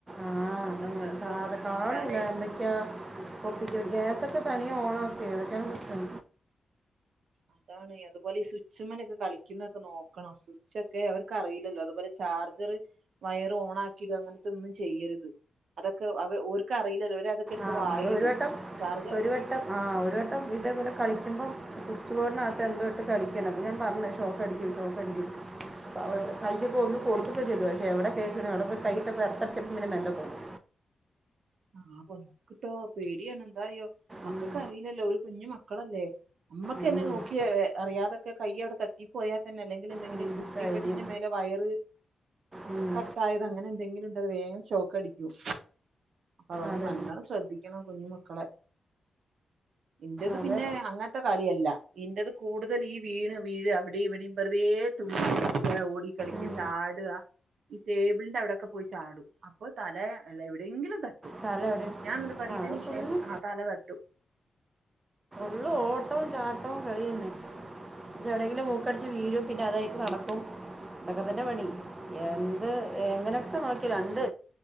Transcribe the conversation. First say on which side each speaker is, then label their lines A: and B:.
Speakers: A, on the right; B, on the right.
A: ആഹ്
B: നമ്മളെ
A: അങ്ങനെ
B: ശ്രദ്ധ ഒന്ന്
A: അതെ കാണൂല
B: വിട്ടാലേ
A: എന്തൊക്കെയാ ഒപ്പിക്ക്ണ് ഗ്യാസക്കെ തനിയെ ഓണക്കെ ഏതൊക്കെ ദിവസമാ
B: അതാണ് അതുപോലെ ഈ സ്വിച്ച്മ്മലൊക്കെ കളിക്കുന്നൊക്കെ നോക്കണം സ്വിച്ച് ഒക്കെ അവർക്ക് അറിയില്ലല്ലോ അതുപോലെ ചാർജർ വയർ ഓൺ ആക്കിടുക അങ്ങനത്തെ ഒന്നും ചെയ്യരുത് അതൊക്കെ ഓർക്ക് അറിയില്ലല്ലോ ഓര് അതൊക്കെ എടുത്ത്
A: ആഹ
B: വായിലിടും
A: അത് ഒരു വട്ടം
B: ചാർജർ
A: ഒരു വട്ടം ആഹ് ഒരു വട്ടം ഇതേപോലെ കളിക്കുമ്പോ സ്വിച്ച് ബോർഡിനത്തെ എന്തോട്ട് കടിക്കണ അപ്പോ ഞാൻ പറഞ്ഞ ഷോക്കടിക്കും ഷോക്ക് അടിക്കും അപ്പോവൾ കൈയ്യപ്പോ ഒന്ന് കൊടുത്ത്തിട്ട് ചെയ്തു പക്ഷെ എവിടെ കേക്കണ് എവിടെ പോയി കൈഇട്ടപ്പോ ഏർത്തടിച്ചപ്പോ പിന്നെ നല്ല പോന്നു
B: ആഹ് പ്പൊ നോക്ക്‌ട്ടോ പേടിയാണ് എന്താറിയോ മക്കക്ക്
A: ഉം.
B: അറിയില്ലല്ലോ ഒരു കുഞ്ഞു മക് മക്കളല്ലേ അമ്മക്ക്
A: ഉം.
B: എന്നെ നോക്കിയ യ അറിയാതൊക്കെ കൈയവ്ടെ തട്ടി പോയാ തന്നെഅല്ലെങ്കിൽ എന്തെങ്കിലും
A: ഉം.
B: ഇസ്തിരിപ്പെട്ടീന്റെ
A: കഴിഞ്ഞു
B: മേലെ വയറ്
A: ഉം.
B: കട്ടായത് അങ്ങനെ എന്തെങ്കിലും ഉണ്ടതറിയേ ഷോക്കടിക്കും അപ്പ അതുകൊണ്ട്
A: അതെ
B: നല്ലോണം ശ്രദ്ധിക്കണം കുഞ്ഞു മക്കളെ ഇന്റേത്
A: അതെ
B: പിന്നെ അങ്ങനത്തെ കളിയല്ല ഇന്റേത് കൂടുതൽ ഈ വീണ് വീഴുക അവിടേം ഇവിടേം വെറുതെ തു ന്നെ ഓടി കളിക്ക
A: ഉം.
B: ചാടുക ഈ ടേബിളിന്റെ അവിടെക്കെ പോയി ചാടും അപ്പൊ തല അല്ല എവിടെയെങ്കിലും തട്ട ട്ടും
A: തല എവിടെ
B: ഞാൻന്നിട്ട് പറയും
A: ആ അവിടെ
B: ഇവന്
A: ഫുള്ള്
B: ആ തല തട്ടും
A: ഫുള്ള് ഓട്ടോ ചാടട്ടോ കളിന്നേ എന്നിട്ട് എ വിടങ്കിലും മൂക്കടി വീഴും പിന്നെ അതായിട്ട് നടക്കും ഇതൊക്കെ തന്നെ പണി എന്താ അത് എങ്ങനെയൊക്കെ നോക്കി രണ്ട്